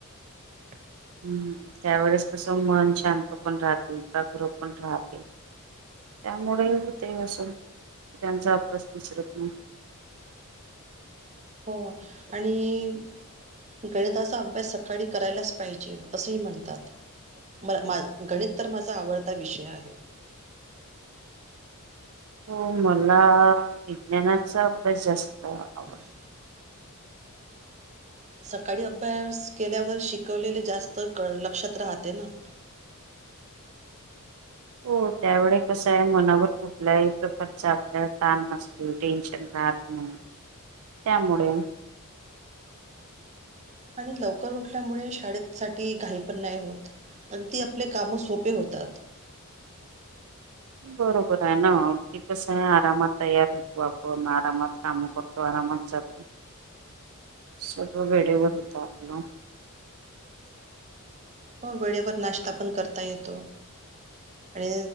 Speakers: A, on the right; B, on the right.
A: <inaudible>
B: ह त्यावेेळेस तस मन शांत पण राहते, एकाग्र पण राहते. त्यामुळे होते, अस त्यांचा अभ्यास विसरत नाही.
A: हो आणि गणिताचा अभ्यास सकाळी करायलाच पाहिजे, असंही म्हणतात. म मा गणित तर माझा आवडता विषय आहे.
B: हो मला विज्ञानाचा अभ्यास जास्त आवडतो.
A: <inaudible> सकाळी अभ्यास केल्यावर शिकवलेले जास्त काळ लक्षात राहते ना. <inaudible>
B: हो त्यावेळे कसाय मनावर कुठल्याही प्रकारचा आपल्या ताण नसतील. टेन्शन राहत नाही. त्यामुळे
A: आणि लवकर उठल्यामुळे शाळेत साठी घाई पण नाय होत. अन ते आपले कामं सोपे होतात.
B: बरोबराय ना अगदी कसंय, आरामात तयार होतो आपण आरामात कामं करतो आ कामनचातू
A: <unintelligible>
B: सर्व वेळेवर होत आपलं.
A: हो वेळेवर नाश्ता पण करता येतो. आणि